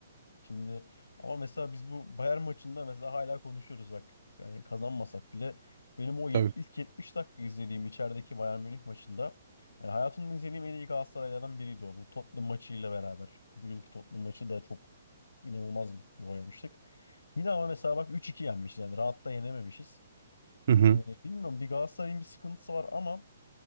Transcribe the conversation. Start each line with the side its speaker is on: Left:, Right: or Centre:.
Left: Şimdi ama mesela biz bu Bayern maçında mesela hala konuşuyoruz bak. Yani kazanmasak bile benim o yet-
Right: Tabii.
Left: ilk 70 dakika izlediğim içerideki Bayern Münih maçında yani hayatımda izlediğim en iyi Galatasaraylardan biriydi o. Bu Tottenham maçıyla beraber. Bu yılki Tottenham maçı da çok inanılmaz bir futbol oynamıştık. Yine ama mesela bak 3-2 yenmiş yani rahat da yenememişiz.
Right: Hı hı.
Left: Yani bilmiyorum bir Galatasaray'ın bir sıkıntısı var ama